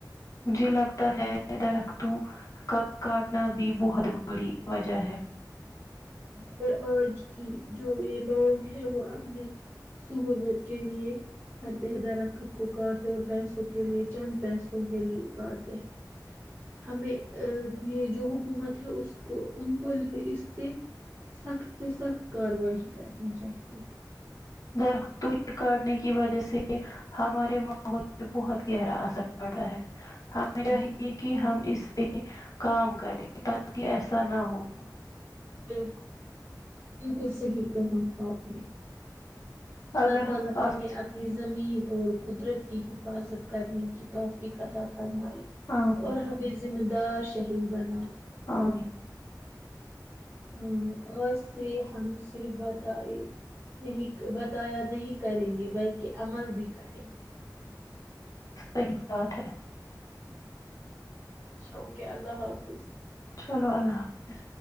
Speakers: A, on the left; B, on the right.
A: مجھے لگتا ہے درختوں کا کاٹنا بھی بہت بڑی وجہ ہے
B: اور آج کی جو یہ لوگ ہیں وہ اپنے سہولت کے لیے کرتے ہیں درخت کو کاٹتے اور پیسوں کے لیے چند پیسوں کے لیے کاٹتے ہیں ہمیں یہ جو حکومت ہے اس کو ان کو اس سخت سے سخت کاروائی کرنی چاہیے
A: درختوں کے کاٹنے کی وجہ سے ہمارے ماحول پے بہت گہرا اثر پڑا ہے میراہی
B: بالکل
A: کہ ہم اس پہ کام کریں تاکہ ایسا نہ ہو
B: بالکل بالکل صحیح کہا آپ نے اللہ
A: اگر
B: تعالی
A: ہم
B: ہمیں
A: آج
B: اب زمین اور قدرت کی حفاظت کرنے کی توفیک عطا فرمائی
A: ہاں
B: اور ہمیں ذمہ دار شہری بنائے
A: آمین
B: ہوں اور ہم سے بتائی نہیں بتایا نہیں کریں گے بلکہ عمل بھی کریں گے
A: صحیح بات ہے
B: اچھا اوکے اللہ حافظ
A: چلو اللہ حافظ